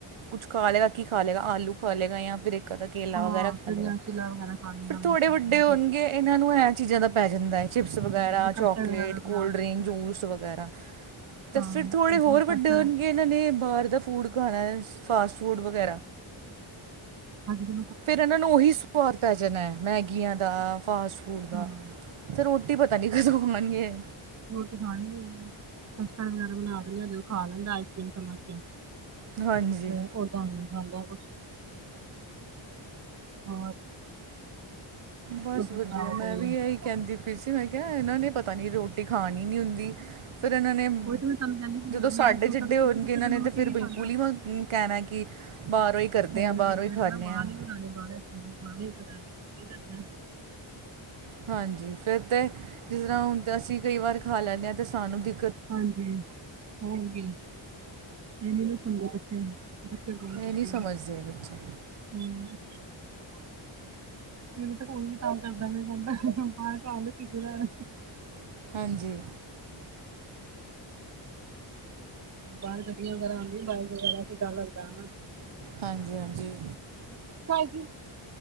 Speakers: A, on the right (about 75°); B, on the right (about 35°).
A: ਕੁਝ ਖਾ ਲੇਗਾ, ਕਿ ਖਾ ਲੇਗਾ ਆਲੂ ਖਾ ਲੇਗਾ ਜਾਂ ਫਿਰ ਇੱਕ ਅੱਧਾ ਕੇਲਾ
B: ਹਾਂ
A: ਵਗੈਰਾ ਖਾ
B: ਫਿਰ
A: ਲੇਗਾ,
B: ਜਾਂ ਚਿੱਲਾ ਵਗੈਰਾ ਖਾ ਲਏਗਾ
A: ਫੇਰ ਥੋੜੇ
B: ਬੇਸਣ
A: ਵੱਡੇ
B: ਦਾ ਜਾਂ
A: ਹੋਣਗੇ
B: ਸੂਜੀ ਦਾ
A: ਇਨਾਂ ਨੂੰ ਐ ਚੀਜ਼ਾਂ ਦਾ ਪੈ ਜਾਂਦਾ ਚਿਪਸ ਵਗੈਰਾ,
B: ਹਮ ਫਿਰ
A: ਚਾਕਲੇਟ
B: ਕਸਟਰਡ ਵਗੈਰਾ ਬਣਾ ਦਿੰਦੇ
A: ਜੂਸ
B: ਆ
A: ਵਗੈਰਾ ਤੇ
B: ਹਾਂ
A: ਫਿਰ ਥੋੜੇ
B: ਅੱਜ
A: ਹੋਰ
B: ਤਾਂ ਮੈਂ
A: ਵੱਡੇ
B: ਕਸਟਰਡ
A: ਹੋਣਗੇ ਏਨਾਂ ਨੇ ਬਾਰ ਦਾ ਫੂਡ ਖਾਣਾ ਫਾਸਟ ਫੂਡ ਵਗੈਰਾ
B: ਹਾਂਜੀ।
A: ਫਿਰ ਇਨਾਂ ਨੂੰ ਉਹੀ ਸੁਆਦ ਪੈ ਜਾਣਾ ਮੈਗੀ ਆ ਦਾ, ਫਾਸਟ ਫੂਡ ਦਾ,
B: ਹਾਂ
A: ਤੇ ਰੋਟੀ ਪਤਾ ਨੀ ਕਦੋਂ ਖਾਣਗੇ
B: ਰੋਟੀ ਖਾਣੀ ਨੀ, ਕਸਟਡ ਵਗੈਰਾ ਬਣਾ ਦਿੰਨੇ ਆ, ਓ ਖਾ ਲੈਂਦਾ ਆਈਸਕ੍ਰੀਮ ਸਮਝ ਕੇ
A: ਹਾਂਜੀ
B: ਤੇ ਓਦਾਂ ਨੀ ਖਾਂਦਾ ਕੁਛ ਹੋਰ।
A: ਬਸ
B: ਤੁਸੀਂ ਸੁਣਾਓ
A: ਵਧੀਆ, ਮੈਂ
B: ਕੋਈ
A: ਵੀ
B: ਉਹੀ
A: ਇਹੀ। ਕਹਿੰਦੀ ਪਈ ਸੀ। ਮੈਂ ਕਿਹਾ ਇਨਾਂ ਨੇ ਪਤਾ ਨੀ ਰੋਟੀ ਖਾਣੀ ਨੀ ਫਿਰ ਇਨਾਂ ਨੇ
B: ਤੇ ਮੈਂ ਤੁਹਾਨੂੰ ਕਹਿੰਦੀ ਪਈ
A: ਜਦੋਂ
B: ਆ
A: ਸਾਡੇ
B: ਮੇਰਾ ਛੋਟਾ
A: ਜਿਢੇ
B: ਤਾਂ
A: ਹੋਣਗੇ,
B: ਕਿਸੇ ਕਿਸੇ
A: ਇਨਾਂ
B: ਦਿਨ
A: ਨੇ
B: ਰੋਟੀ
A: ਤੇ ਫਿਰ
B: ਨੀ
A: ਬਿਲਕੁਲ
B: ਖਾਂਦਾ
A: ਹੀ ਕਹਿਣਾ ਆ ਕਿ ਬਾਰੋਂ ਹੀ ਕਰਦੇ
B: ਹੋਰ
A: ਆ, ਬਾਰੋਂ
B: ਵੀ ਮੈਂ
A: ਹੀ ਖਾਣੇ
B: ਕਹਿਣਾ ਬਾਹਰ
A: ਆ
B: ਨੀ ਬਣਾਉਣੀ <inaudible>
A: ਹਾਂਜੀ, ਫਿਰ ਤੇ ਜਿਸ ਤਰ੍ਹਾਂ ਹੁਣ ਤੇ ਅਸੀਂ ਕਈ ਵਾਰ ਖਾ ਲੈਣੇ ਆ, ਤੇ ਸਾਨੂੰ ਵੀ
B: ਹਾਂਜੀ ਓ ਹੋਗੀ ਏ ਨੀ ਨਾ ਸੁਣਦੇ ਬੱਚਿਆਂ ਨੂੰ ਬੱਚੇ
A: ਇਹ ਨਹੀਂ ਸਮਝਦੇ
B: ਨੂੰ
A: ਬੱਚੇ
B: ਹੂੰ, ਹੂੰ। ਸਕੂਲ ਵੀ ਕੰਮ ਕਰਦਾ ਰਹਿੰਦਾ ਮੈਂ ਕਿਹਾ, ਬਾਰ ਖਾ ਲੈ
A: ਹਾਂਜੀ।
B: ਬਾਹਰ ਗੱਡੀਆਂ ਵਗੈਰਾ ਆਂਦੀਆਂ, ਬਾਈਕਾਂ ਵਗੈਰਾ 'ਤੇ ਡਰ ਲਗਦਾ ਹੈ ਨਾ।
A: ਹਾਂਜੀ ਹਾਂਜੀ।
B: ਸਾਕ